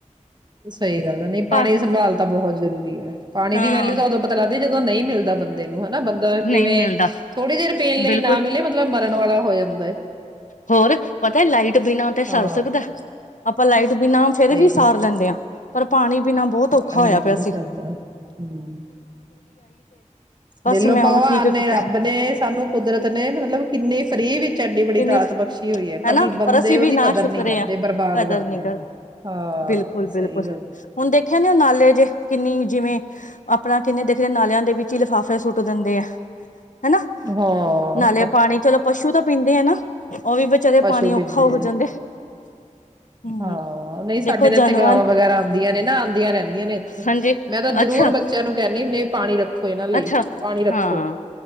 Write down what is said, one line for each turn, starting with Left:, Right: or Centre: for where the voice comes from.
Right: ਸਹੀ ਗੱਲ ਨਹੀਂ
Left: ਪਰ
Right: ਪਾਣੀ ਸੰਭਾਲ ਤਾਂ ਬਹੁਤ ਜ਼ <inaudible> ਪਾਣੀ
Left: ਹਾਂ
Right: ਦੀ ਵੈਲਿਊ ਤਾਂ ਉਦੋਂ ਪਤਾ ਲੱਗਦੀ ਜਦੋਂ ਨਹੀਂ ਮਿਲਦਾ ਬੰਦੇ ਨੂੰ ਹਨਾ ਬੰਦਾ
Left: ਨਹੀਂ
Right: ਕਿਵੇਂ
Left: ਮਿਲਦਾ
Right: ਥੋੜ੍ਹੀ ਦੇਰ ਪੀਣ ਲਈ
Left: ਬਿਲਕੁਲ
Right: ਨਾ ਮਿਲੇ ਮਤਲਬ ਮਰਨ ਵਾਲਾ ਹੋ ਜਾਂਦਾ ਏ।
Left: ਹੋਰ ਪਤਾ ਲਾਈਟ ਬਿਨਾਂ ਤੇ ਸਰ
Right: ਹਾਂ
Left: ਸਕਦਾ ਐ, ਆਪਾਂ ਲਾਈਟ ਤੇ ਬਿਨਾ ਫੇਰ
Right: ਸਹੀ
Left: ਵੀ ਸਾਰ
Right: ਗੱਲ ਹੈ
Left: ਲੈਂਦੇ ਆ ਪਰ ਪਾਣੀ ਬਿਨਾਂ ਬਹੁਤ ਔਖਾ
Right: ਪਾਣੀ
Left: ਹੋਇਆ
Right: ਬਿਨਾਂ
Left: ਪਿਆ
Right: ਨਹੀਂ
Left: ਸੀ।
Right: ਸਰਦਾ ਹਮ
Left: ਬਸ
Right: ਦੇਖਲੋ
Left: ਮੈਂ
Right: ਭਗਵਾਨ
Left: ਉਹ ਠੀਕ
Right: ਨੇ
Left: ਕੀਤਾ
Right: ਰੱਬ ਨੇ ਸਾਨੂੰ ਕੁਦਰਤ ਨੇ ਮਤਲਬ ਕਿੰਨੀ ਫਰੀ ਵਿੱਚ ਐਡੀ ਬੜੀ
Left: ਕਿੰਨੀ
Right: ਦਾਤ ਬਖਸ਼ੀ ਹੋਈ ਹੈ
Left: ਹਨਾ
Right: ਬੰਦੇ
Left: ਪਰ ਅਸੀਂ
Right: ਉਹਦੀ
Left: ਵੀ ਨਾ
Right: ਕਦਰ
Left: ਸ਼ੁਕਰੇ
Right: ਨਹੀਂ ਕਰਦੇ
Left: ਆਂ,
Right: ਬਰਬਾਦ
Left: ਕਦਰ ਨੀ
Right: ਆ।
Left: ਕਰਦੇ
Right: ਹਾਂ
Left: ਬਿਲਕੁਲ, ਬਿਲਕੁਲ
Right: ਸਹੀ ਗੱਲ
Left: ਹੁਣ ਦੇਖਿਆ ਨੀ ਉਹ ਨਾਲੇ ਜੇ ਕਿੰਨੀ ਜਿਵੇਂ ਆਪਣਾ ਕਹਿੰਨੇ ਦੇਖਦੇ ਨਾਲਿਆਂ ਦੇ ਵਿੱਚ ਹੀ ਲਿਫ਼ਾਫੇ ਸੁੱਟ ਦਿੰਦੇ ਐ। ਹਨਾ,
Right: ਹੈ ਹਾਂ
Left: ਨਾਲੇ ਪਾਣੀ ਚਲੋ ਪਸ਼ੂ ਤਾਂ ਪੀਂਦੇ ਹੈ ਨਾ। ਉਹ ਵੀ ਵਿਚਾਰੇ
Right: ਪਸੂ
Left: ਪਾਣੀ
Right: ਪੀਂਦੇ
Left: ਔਖਾ ਹੋ
Right: ਐ,
Left: ਜਾਂਦੇ ਹਮ
Right: ਹਾਂ ਨਹੀਂ ਸਾਡੇ
Left: ਦੇਖੋ
Right: ਤੇ ਇੱਥੇ
Left: ਜਾਨਵਰ
Right: ਗਾਵਾਂ ਵਗੈਰਾ ਆਂਦੀਆਂ ਨੇ ਨਾ, ਆਂਦੀਆਂ ਰਹਿੰਦੀਆਂ ਨੇ ਇੱਥੇ,
Left: ਹਾਂਜੀ
Right: ਮੈਂ ਤਾਂ
Left: ਅੱਛਾ
Right: ਜਰੂਰ ਬੱਚਿਆਂ ਨੂੰ ਕਹਿੰਦੀ ਨਹੀਂ ਪਾਣੀ ਰੱਖ ਇਹਨਾਂ ਲਈ
Left: ਅੱਛਾ
Right: ਪਾਣੀ ਰੱਖੋ।
Left: ਹਾਂ